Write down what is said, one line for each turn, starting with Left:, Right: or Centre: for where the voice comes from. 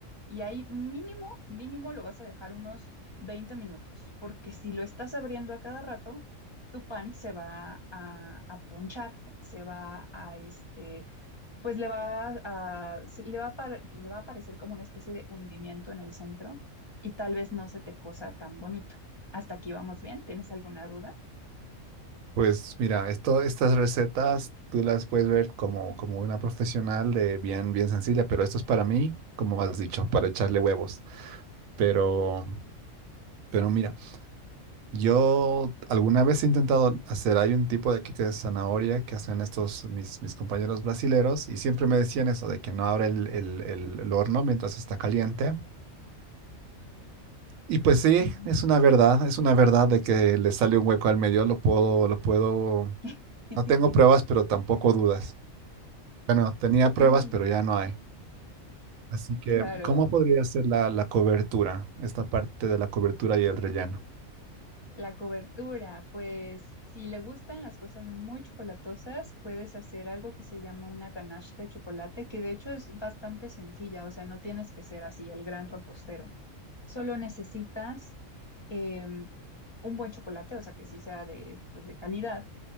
Left: Y ahí mínimo, mínimo lo vas a dejar unos 20 minutos, porque si lo estás abriendo a cada rato, tu pan se va a, a ponchar, se va a, este, pues le va a, se- le va a, par- le va a parecer como una especie de hundimiento en el centro y tal vez no se te cosa tan bonito. Hasta aquí vamos bien. ¿Tienes alguna duda?
Right: Pues mira, esto, estas recetas tú las puedes ver como, como una profesional de bien, bien sencilla, pero esto es para mí, como has dicho, para echarle huevos. Pero, pero mira. Yo alguna vez he intentado hacer, hay un tipo de queque de zanahoria que hacen estos mis, mis compañeros brasileros y siempre me decían eso de que no abra el, el- el- el horno mientras está caliente. Y pues sí,
Left: Ujú.
Right: es una verdad, es una verdad de que le sale un hueco al medio, lo puedo, lo puedo,
Left: <laughs>
Right: no tengo pruebas, pero tampoco dudas. Bueno, tenía pruebas,
Left: Sí,
Right: pero ya no hay. Así que,
Left: claro.
Right: ¿cómo podría ser la, la cobertura, esta parte de la cobertura y el relleno?
Left: La cobertura, pues si le gustan las cosas muy chocolatosas, puedes hacer algo que se llama una ganache de chocolate, que de hecho es bastante sencilla, o sea, no tienes que ser así el gran repostero. Solo necesitas em, un buen chocolate, o sea, que sí sea de, pues, de calidad,